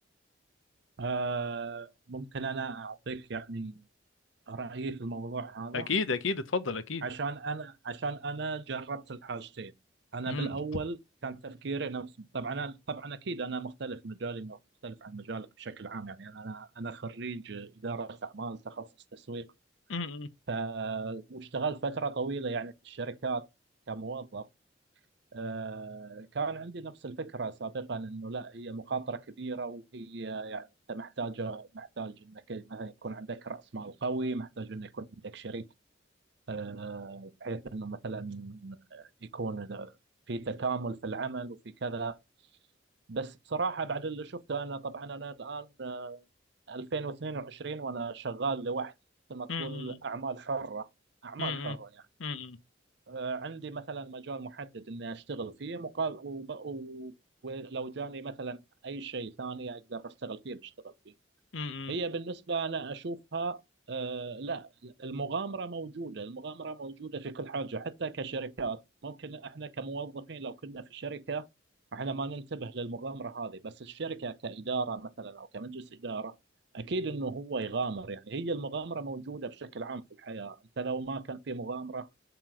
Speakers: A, on the right; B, on the left.
A: آه ممكن أنا أعطيك يعني رأيي في الموضوع هذا
B: اكيد اكيد اتفضل اكيد
A: عشان أنا عشان أنا جربت الحاجتين أنا
B: امم
A: بالأول كان تفكيري نفس طبعا أنا طبعا أكيد أنا مختلف مجالي مختلف عن مجالك بشكل عام يعني أنا أنا أنا خريج إدارة أعمال تخصص تسويق
B: امم
A: ف... واشتغلت فترة طويلة يعني في الشركات كموظف آه، كان عندي نفس الفكرة سابقا انه لا هي مخاطرة كبيرة وهي يعني انت محتاجة محتاج انك مثلا يكون عندك رأس مال قوي، محتاج انه يكون عندك شريك آه، بحيث انه مثلا يكون في تكامل في العمل وفي كذا، بس بصراحة بعد اللي شفته انا طبعا انا الان آه، 2022 وانا شغال لوحدي مثل ما تقول
B: امم
A: اعمال حرة، اعمال
B: امم
A: حرة يعني
B: امم
A: آه، عندي مثلا مجال محدد اني اشتغل فيه مقابل وب... و... ولو جاني مثلا اي شيء ثاني اقدر اشتغل فيه بشتغل فيه.
B: امم
A: هي بالنسبه انا اشوفها آه لا المغامره موجوده، المغامره موجوده في كل حاجه حتى كشركات، ممكن احنا كموظفين لو كنا في شركه احنا ما ننتبه للمغامره هذه، بس الشركه كاداره مثلا او كمجلس اداره اكيد انه هو يغامر يعني هي المغامره موجوده بشكل عام في الحياه، انت لو ما كان في مغامره